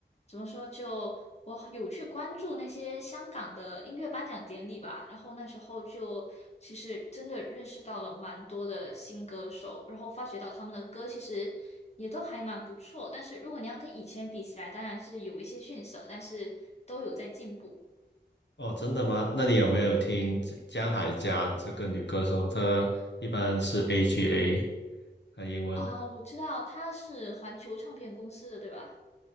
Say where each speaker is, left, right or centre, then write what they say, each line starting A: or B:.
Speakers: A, on the left; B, on the left.
A: 怎么说？就我有去关注那些香港的音乐颁奖典礼吧，然后那时候就其实真的认识到了蛮多的新歌手，然后发觉到他们的歌其实也都还蛮不错，但是如果你要跟以前比起来，当然是有一些逊色，但是都有在进步
B: 哦，真的吗？那你有没有听江江海佳这个女歌手？她一般是 AGA，她英文
A: 啊。我知道他是环球唱片公司的，对吧？